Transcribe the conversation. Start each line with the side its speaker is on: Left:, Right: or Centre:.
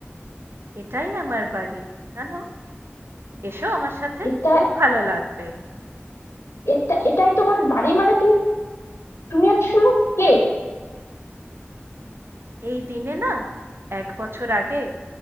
Right: এটাই আমার বাড়ি জানো এসো আমার সাথে
Left: এটা
Right: খুব ভালো লাগবে
Left: এটা এটাই তোমার বাড়ি মানে তুমি তুমি আসলে কে
Right: এই দিনে না এক বছর আগে